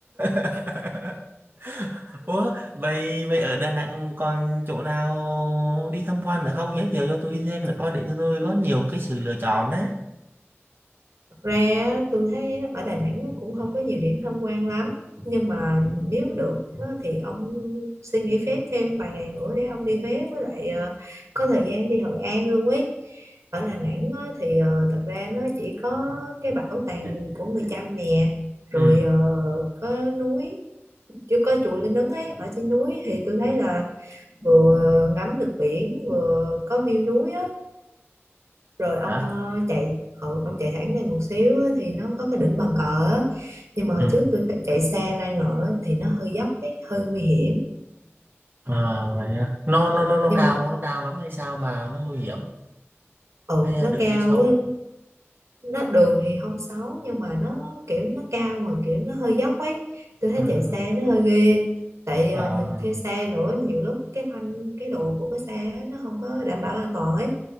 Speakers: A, on the right; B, on the right.
A: <laughs> Ủa, vậy vậy ở Đà Nẵng còn chỗ nào đi tham quan nữa không? Giới thiệu cho tôi thêm nữa coi để cho tôi có nhiều cái sự lựa chọn á.
B: Thật ra á, tôi thấy á, ở Đà Nẵng nó cũng không có nhiều điểm tham quan lắm nhưng mà nếu được á, thì ông xin nghỉ phép thêm vài ngày nữa để ông đi Huế với lại ờ, có thời gian đi Hội An luôn ấy ở Đà Nẵng á, thì ờ, thật ra nó chỉ có cái bảo tàng của người Chăm nè rồi
A: Ừ.
B: ờ, có núi chưa có chùa Linh Ứng ấy ở trên núi thì tôi thấy là vừa ngắm được biển vừa có view núi á rồi ông
A: hả
B: ờ, chạy ừ, ông chạy thẳng lên một xíu á, thì nó có cái đỉnh bàn cờ á. nhưng mà hồi
A: ừ
B: trước tôi tại- chạy xe lên rồi á, thì nó hơi dốc ấy, hơi nguy hiểm
A: à, vậy á. nó
B: ừ,
A: nó nó nó
B: nhưng
A: cao
B: mà
A: nó cao lắm hay sao mà nó nguy hiểm
B: ừ,
A: hay là
B: nó
A: đường
B: cao
A: đi xấu
B: á, nó đường thì không xấu nhưng mà nó kiểu nó cao mà kiểu nó hơi dốc ấy tôi thấy
A: à,
B: chạy xe nó hơi ghê tại
A: à,
B: ờ, mình thuê xe nữa nhiều lúc cái phanh cái đồ của cái xe á, nó không có đảm bảo an toàn ấy